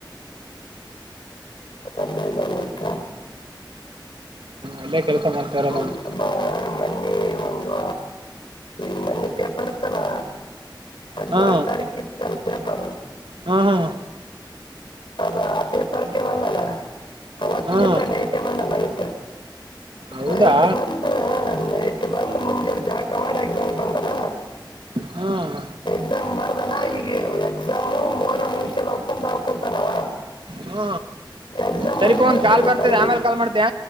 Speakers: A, on the left; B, on the right.
A: ಅಲ್ಲೇ ಇದಾನಂತ
B: ಎಲ್ಲೇ ಕೆಲಸ ಮಾಡ್ತಾರ
A: ಹ್ಮ್.
B: ನನ್
A: ಬಾ ಮೊನ್ನೆ ಒಂದು ಈ ಮೊನ್ನೆ ಪೇಪರ್ ಇತ್ತಲ್ಲ ಹದಿನೇಳು
B: ಹ್ಮ್
A: ತಾರೀಕಿತ್ತಲ್ಲ ಪೇಪರ್
B: ಹ್ಮ್ ಹ್ಮ್
A: ಅದು ಆ ಪೇಪರ್ಗೆ ಬಂದಲ್ಲ ಅವತ್ತಿನ
B: ಹ್ಮ್
A: ದಿನ ನೈಟೇ ಬಂದ ನೈಟ್
B: ಹೌದಾ
A: ನೈಟ್ ಬಂದು ನೈಟ್ ಬಂದು ಮುಂಜಾನೆ ಜಳಕ ಮಾಡಿ ಎಕ್ಸಾಮ್ ಬಂದನ
B: ಹ್ಮ್
A: ಎಕ್ಸಾಮ್ ಬರ್ದನ ಈಗ ಎಕ್ಸಾಮು ಮೋರ ಮುಗಿಸ್ಕೊಂಡು ಹೋಗ್ಕೊಂತ ಹೋಗ್ಕೊಂತಾನವ
B: ಹ್ಮ
A: ಎಕ್ಸಾಮ್
B: ಸರಿಪ
A: ಮುಂದಕ್ಕೆ
B: ಒಂದ
A: ಹೋಗ್ಬಿಡ್ದು
B: ಕಾಲ್ ಬರ್ತದೆ
A: ಟೈಮಿಂಗ್
B: ಆಮೇಲೆ ಕಾಲ್ ಮಾಡ್ತೇಯ